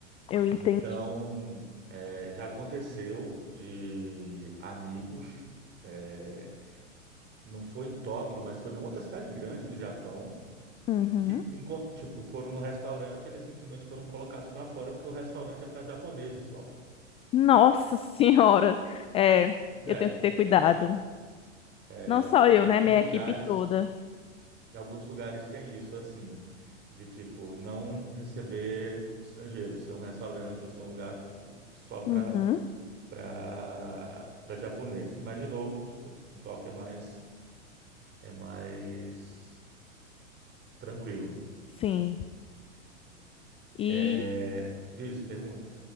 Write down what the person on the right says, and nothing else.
Então, é, já aconteceu de amigos, é, não foi em Tóquio, mas foi em outra cidade grande do Japão,
que enco- tipo, foram no restaurante, eles simplesmente foram colocados para fora porque o resturante é para japoneses só.
Pois é,
então
é,
em alguns
lugares
Em alguns lugares tem isso, assim, de tipo, não receber estrangeiros, ser um restaurante ou ser um lugar, tipo, só para
para para japonês. Mas, de novo, tipo, em Tóquio é mais, é mais tranquilo.
É, diz, pergunta.